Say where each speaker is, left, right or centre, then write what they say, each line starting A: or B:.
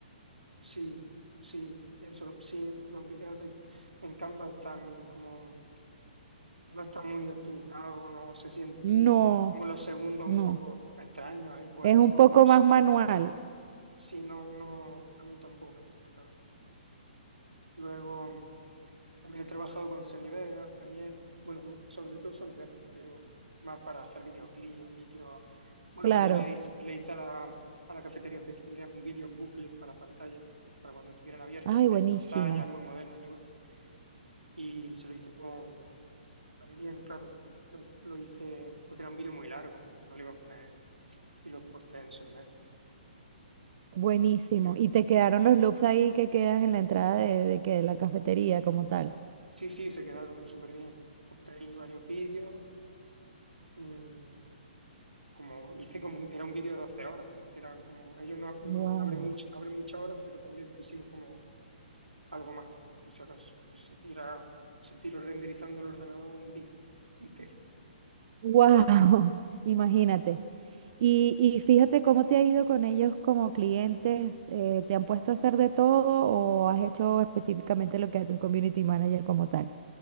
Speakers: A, on the right; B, on the right.
A: Sí, sí, pienso, sí, los vídeos de, en Canva están como, no están muy optimizados, no se siente así,
B: No,
A: como los segundos
B: no.
A: un poco extraños ahí puestos,
B: Es un poco
A: no
B: más
A: sé,
B: manual,
A: no, sí, no, no, a mí tampoco me gusta, la verdad. Luego también he trabajado con Sony Vegas, Premiere, bueno, mo- sobre todo Sony Vegas, pero más para hacer videoclips, vídeos. Bueno,
B: claro.
A: también le, hice- le hice a la, a la cafetería especialidad un vídeo en bucle para la pantalla, para cuando estuvieran abiertos,
B: Ay,
A: que
B: buenísimo,
A: tienen pantalla, es muy moderno el negocio. Y se lo hice con, también, claro, lo, lo hice porque era un vídeo muy largo, no le iba a poner, y lo exporté en Sony Vegas,
B: buenísimo.
A: un vídeo en
B: Y
A: bucle.
B: te quedaron los loops ahí que quedan en la entrada de, de que de la cafetería como tal.
A: Sí, sí, se quedaron súper bien. Apunté ahí varios vídeos mm, como hice como, era un vídeo de 12 horas, porque eran como, ellos no, no
B: Wow.
A: abren much- abren muchas horas, pero también pusimos como algo más, por si acaso. No sé, era, se tiró renderizando el ordenador un día <laughs> entero.
B: Wow, <laughs> imagínate. Y, y fíjate cómo te ha ido con ellos como clientes. eh, ¿te han puesto a hacer de todo o has hecho específicamente lo que hace un community manager como tal?